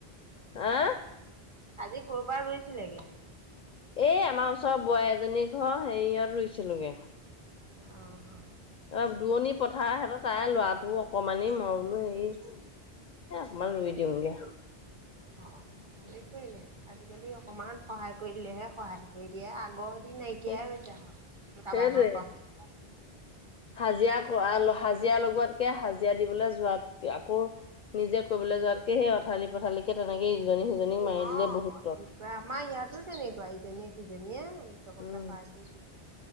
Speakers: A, on the left; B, on the right.
A: হা?
B: আজি কৰ'ৰবাত ৰুইছিলেগ?
A: এই আমাৰ ওচৰ বোৱাৰী এজনী ঘৰ হেৰিয়ত ৰুইছিলোগে।
B: আহ,
A: অ দুৰণি পথাৰ হেঁতৰ তাই ল'ৰাটো অকমানি মই বোলো হেৰি এ অকমান ৰুই দিওঁগে।
B: অ, ভালেই কৰিলে আজিকালি অকমান সহায় কৰিলেহে সহায় কৰি দিয়ে আগত নাইকিয়াই
A: সেই
B: হৈ হৈছে আৰু কাৰোবাক
A: সেইটোৱে
B: ঘত ক়াই
A: হাজিৰা হাজিৰা লগোৱাতকে হাজিৰা দিবলৈ যোৱাতক আকৌ নিজে কৰিবলৈ যোৱাতকে সেই অথালি পথালিকে তেনেকে ইজনী সিজনীক মাৰি
B: অঁ
A: দিলে বহুত
B: তেনেকুৱা
A: তট।
B: আমাৰ ইয়াতো তেনেকুৱা ইজনীয়ে সিজনীয়ে চকে
A: উম
B: সহায় কৰি দিয়ে।